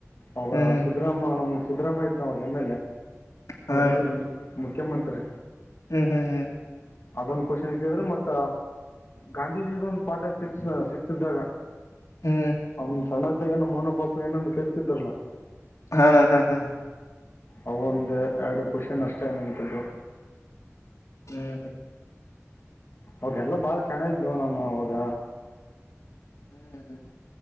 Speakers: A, on the left (about 50°); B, on the left (about 80°).
A: ಅವ
B: ಹ್ಮ್ ಹ್ಮ್
A: ಸಿದ್ದರಾಮ್ಯನ
B: ಹ್ಮ್
A: ಸಿದ್ದರಾಮಯ್ಯ ಇದ್ ನಾಗ ಎಮ್
B: ಹಾ ಅಣ್ಣ
A: ಎಲ್ ಎ ಮುಖ್ಯಮಂತ್ರಿ
B: ಹ್ಮ್ ಹ್ಮ್ ಹ್ಮ್
A: ಅದೊಂದ ಕ್ವಶನ್ ಇಕ್ಕಿದ್ರರು ಮತ್ತ ಗಾಂಧೀಜಿದು ಪಾಠ ಸಿಕ್ಸ್ ಸಿಕ್ಸ್ ಇದ್ದಾಗ
B: ಹ್ಮ್
A: ಅವ್ನ್ ಸಣ್ಣದಾಗ ಏನು ಮೌನ ಪಾಪು ಏನೊಂದು ಕರ್ತಿದ್ರಲ್ಲ
B: ಹಾ ಹಾ ಹಾ
A: ಅವ ಒಂದು ಎರಡು ಕ್ವಶನ್ ಅಷ್ಟೇ ನಂಥದ್ದು
B: ಹ್ಮ್ ಹ್ಮ
A: ಅವಕಲ್ಲ ಬಾಳ ಶಣ ಇದ್ವ ನಾನು ಅವಾಗ
B: ಹ್ಮ್